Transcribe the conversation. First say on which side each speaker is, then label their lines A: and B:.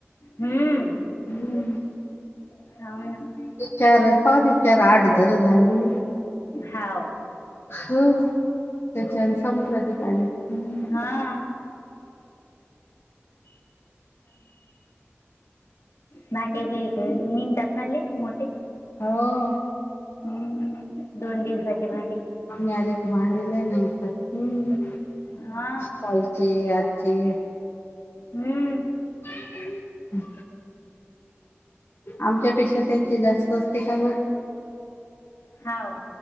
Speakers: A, on the left; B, on the left.
A: हम्म.
B: हम्म
A: <unintelligible>
B: वि चार पाव त चार आठ तर झाली.
A: हाव.
B: हो, त्याच्यान
A: हम्म
B: संपल ते पाणी हम्म.
A: हा. भांडे निघतात ना लय मोठे?
B: हो
A: हम्म दोन दिवसाची भांडे.
B: पाहुणे आले की भांडे लय निघतात. हम्म.
A: हा
B: कालचे आजचे.
A: हम्म
B: <unintelligible> आमच्यापेक्षा त्यांची जास्त असते का बर?
A: हाव